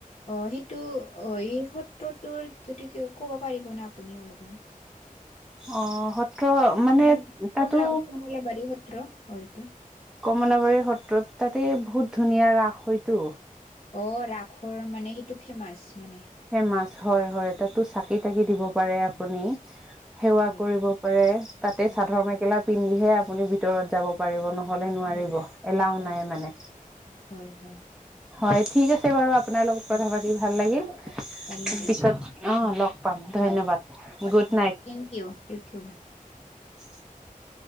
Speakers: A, on the left; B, in the centre.
A: অহ, সেইটো অহ এই সত্ৰটোৰ সতি কিয় ক'ব পাৰিব নে আপুনি অলপমান?
B: অ', সত্ৰ
A: <unintelligible>
B: মানে তাতো
A: কমলা-কমলাবাৰী সত্ৰ হয়টো
B: কমলাবাৰীৰ সত্ৰত, তাতেই বহুত ধুনীয়া ৰাস হয়তো।
A: অ', ৰাসৰ মানে সেইটো ফেমাচ? মানে।
B: ফেমাচ হয়', হয়, ' তাতো চাকি -তাকি
A: অ
B: দিব পাৰে আপুনি। সেৱা
A: হয়
B: কৰিব পাৰে, তাতে
A: হয়
B: চাদৰ -মেখেলা পিন্ধিহে আপুনি ভিতৰত যাব পাৰিব নহ নহ'লে নোৱাৰিব
A: হয়।
B: এলাও
A: অ
B: নাই মানে।
A: হয় হয়
B: হয় ঠিক আছে বাৰু আপোনাৰ লগত কথা
A: অ
B: পাতি
A: ঠিক আছে
B: ভাল লাগিল।
A: অ অ ভাল লাগিল।
B: পিছত অহ
A: অকে
B: লগ পাম ধন্যবাদ,
A: হয় হ'ব
B: good night.
A: Thank you thank you by.
B: <inaudible>